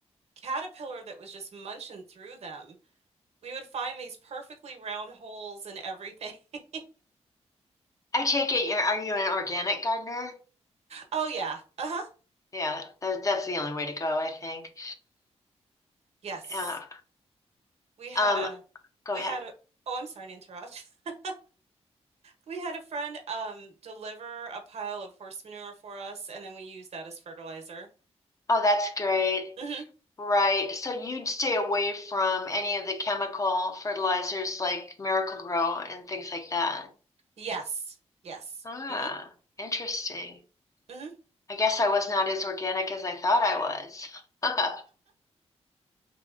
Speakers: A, on the right; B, on the left.
A: caterpillar that was just munching through them. We would find these perfectly round holes in everything. <laughs>
B: take it you're, are you an organic gardener?
A: Oh yeah. Uh-huh.
B: Yeah, that, that's the only way to go, I think.
A: Yes.
B: Yeah.
A: We had
B: Um,
A: a
B: go
A: we
B: ahead.
A: had a Oh, I'm sorry to interrupt. <laughs> We had a friend um deliver a pile of horse manure for us, and then we used that as fertilizer.
B: Oh, that's great.
A: Mhm.
B: Right. So you'd stay away from any of the chemical fertilizers like Miracle-Gro and things like that.
A: Yes. Yes.
B: Ah,
A: hmm
B: interesting.
A: hmm
B: I guess I was not as organic as I thought I was. <laughs>